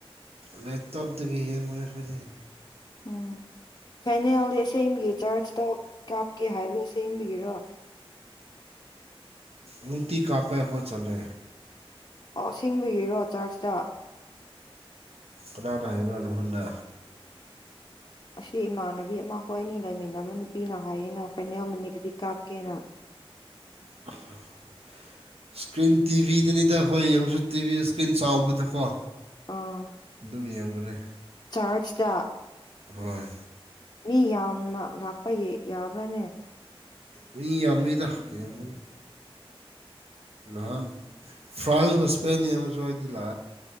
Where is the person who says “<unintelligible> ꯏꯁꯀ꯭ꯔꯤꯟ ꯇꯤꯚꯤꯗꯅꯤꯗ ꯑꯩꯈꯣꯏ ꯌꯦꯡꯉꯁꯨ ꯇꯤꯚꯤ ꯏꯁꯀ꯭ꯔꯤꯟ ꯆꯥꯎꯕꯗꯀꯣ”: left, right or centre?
Right